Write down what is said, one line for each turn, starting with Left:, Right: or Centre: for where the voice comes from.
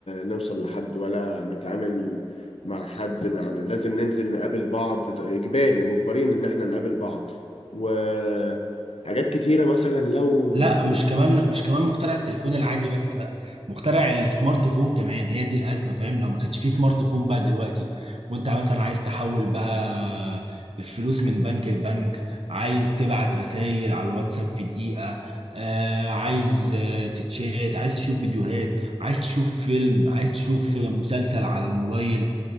Left: نوصل لحد ولا نتعامل مع حد مع- لازم ننزل نقابل بعض ده إجباري مجبرين إن إحنا نقابل بعض وحاجات كتيرة مثلا لو
Right: لا
Left: ما كانتش
Right: مش كمان مش كمان مخترع التليفون العادي بس لا مخترع السمارت فون كمان هي دي الازمه فاهم لو ما كانش في سمارت فون بقى دلوقتي وانت مثلا عايز تحول بقى الفلوس من بنك لبنك عايز تبعت رسائل على الواتساب في دقيقه آه عايز آه تتشات عايز تشوف فيديوهات عايز تشوف فيلم عايز تشوف مسلسل على الموبايل